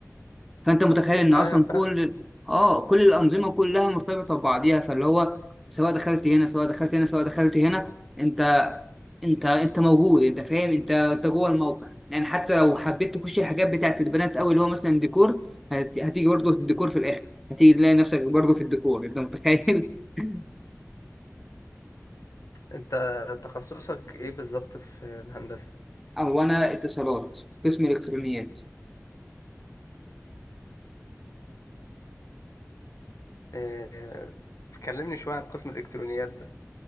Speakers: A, in the centre; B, on the left (about 85°).
A: فأنت متخيل إن
B: أيوة
A: أصلا
B: فا
A: كل آه كل الأنظمة كلها مرتبطة ببعضيها فاللي هو سواء دخلت هنا سواء دخلت هنا سواء دخلت هنا انت انت انت موجود انت فاهم انت انت جوه الموقع يعني حتى لو حبيت تخش الحاجات بتاعت البنات قوي اللي هو مثلا ديكور هت... هتيجي برضه الديكور في الاخر هتيجي تلاقي نفسك برضه في الديكور انت متخيل <laughs>
B: أنت تخصصك إيه بالظبط في الهندسة؟
A: او انا اتصالات قسم الكترونيات
B: آه، كلمني شوية عن قسم الإلكترونيات ده